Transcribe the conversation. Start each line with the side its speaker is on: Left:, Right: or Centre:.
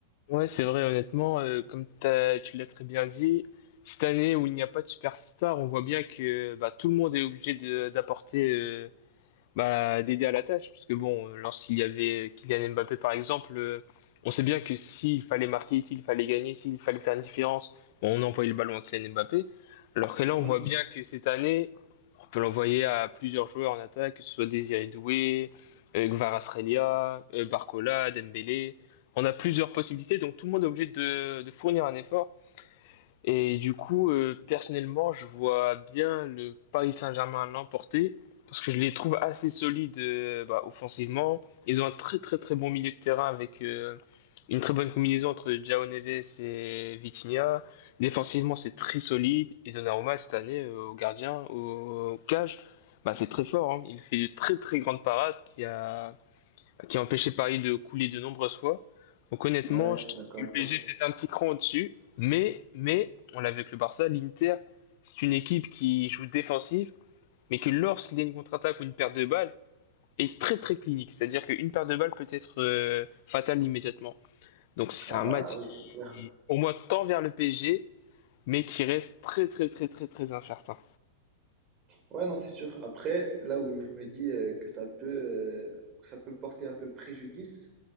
Left: Ouais, c'est vrai, honnêtement, euh, comme t'as- tu l'as très bien dit, cette année où il n'y a pas de superstar, on voit bien que bah, tout le monde est obligé de- d'apporter bah, d'aider à la tâche, parce que bon, euh, lorsqu'il y avait Kylian Mbappé par exemple, euh, on sait bien que s'il fallait marquer, s'il fallait gagner, s'il fallait faire une différence, bon, on envoyait le ballon à Kylian Mbappé, alors que là on
Right: Hmm.
Left: voit bien que cette année, on peut l'envoyer à plusieurs joueurs en attaque, que ce soit Désiré Doué, euh, Kvaratskhelia, euh, Barcola, Dembélé, on a plusieurs possibilités, donc tout le monde est obligé de, de fournir un effort. Et du coup, euh, personnellement, je vois bien le Paris Saint-Germain l'emporter parce que je les trouve assez solides euh, bah, offensivement. Ils ont un très très très bon milieu de terrain avec euh, une très bonne combinaison entre João Neves et Vitinha. Défensivement, c'est très solide. Et Donnarumma, cette année, euh, au gardien, au, au cage, bah, c'est très fort. hein. Il fait de très très grandes parades qui a qui a empêché Paris de couler de nombreuses fois. Donc honnêtement,
Right: Ouais,
Left: je
Right: je suis
Left: trouve
Right: d'accord
Left: que
Right: avec
Left: le PSG
Right: toi.
Left: est peut-être un petit cran au-dessus, mais, mais on l'a vu avec le Barça, l'Inter, c'est une équipe qui joue défensive, mais que lorsqu'il y a une contre-attaque ou une perte de balle, est très très clinique. C'est-à-dire qu'une perte de balle peut être euh, fatale immédiatement. Donc c'est
Right: Ah
Left: un
Right: bah
Left: match
Right: oui,
Left: qui,
Right: c'est clair.
Left: au moins, tend vers le PSG, mais qui reste très très très très très incertain.
Right: Ouais, non, c'est sûr. Après, là où je me dis euh, que ça peut, euh, que ça peut porter un peu préjudice,